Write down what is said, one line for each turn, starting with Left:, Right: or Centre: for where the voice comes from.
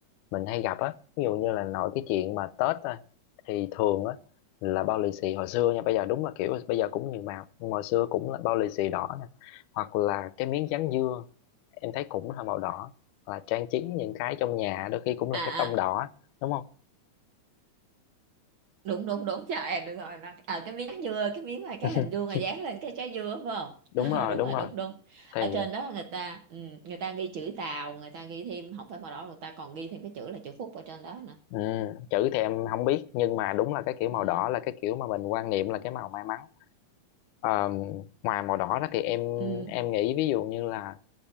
Left: mình hay gặp á ví dụ như là nội cái chuyện mà Tết á thì thường á là bao lì xì hồi xưa nha bây giờ đúng là kiểu bây giờ cũng nhiều màu nhưng mà hồi xưa cũng là bao lì xì đỏ nè hoặc là cái miếng dán dưa em thấy cũng là màu đỏ hoặc là trang trí những cái trong nhà đôi khi cũng là
Right: à,
Left: cái tông
Right: à
Left: đỏ đúng không
Right: đúng đúng đúng trời em được rồi nó ở cái miếng dưa cái miếng mà cái
Left: <laughs>
Right: hình vuông mà dán lên cái trái dưa phải không
Left: đúng
Right: <laughs>
Left: rồi
Right: Ờ, đúng
Left: đúng
Right: rồi
Left: rồi
Right: đúng đúng ở
Left: thì
Right: trên đó người ta ừ, người ta ghi chữ Tàu người ta ghi thêm không phải màu đỏ người ta còn ghi thêm cái chữ là chữ Phúc ở trên đó nữa
Left: ừ, chữ thì em không biết nhưng mà đúng là cái kiểu màu
Right: ừ,
Left: đỏ là cái kiểu mà mình quan niệm là cái màu may mắn Ờ, ngoài màu đỏ đó thì em
Right: ừ,
Left: em nghĩ ví dụ như là